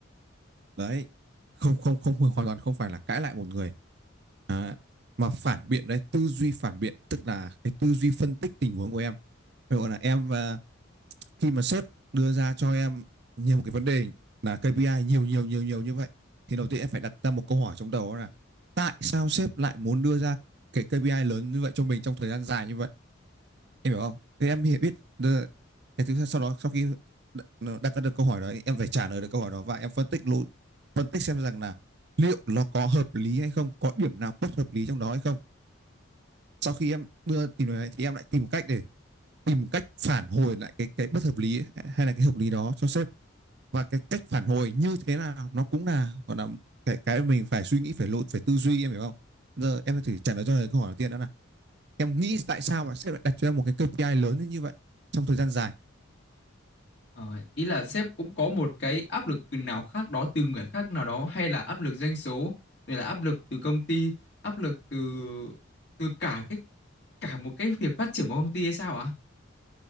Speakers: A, on the right; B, on the left.
A: Đấy, không không không hoàn toàn không phải là cãi lại một người à, mà phản biện đấy, tư duy phản biện tức là cái tư duy phân tích tình huống của em. Ví dụ là em à, khi mà sếp đưa ra cho em nhiều một cái vấn đề là KPI nhiều nhiều nhiều nhiều như vậy thì đầu tiên em phải đặt ra một câu hỏi trong đầu đó là tại sao sếp lại muốn đưa ra cái KPI lớn như vậy cho mình trong thời gian dài như vậy? em hiểu không thế em hi- biết đơ- cái thứ sau đó sau khi đ- nó đặt ra được câu hỏi đó em phải trả lời được câu hỏi đó và em phân tích lỗi phân tích xem rằng là liệu nó có hợp lý hay không có điểm nào bất hợp lý trong đó hay không sau khi em đưa tìm được đấy thì em lại tìm cách để tìm cách phản hồi lại cái cái bất hợp lý ấy, hay là cái hợp lý đó cho sếp và cái cách phản hồi như thế nào nó cũng là gọi là cái cái mình phải suy nghĩ phải lỗi phải tư duy em hiểu không giờ em thử trả lời cho lời câu hỏi đầu tiên đó là em nghĩ tại sao mà sếp lại đặt cho em một cái KPI lớn như vậy trong thời gian dài
B: Ờ, ý là sếp cũng có một cái áp lực nào khác đó từ người khác nào đó hay là áp lực doanh số rồi là áp lực từ công ty áp lực từ từ cả cái cả một cái việc phát triển của công ty hay sao ạ?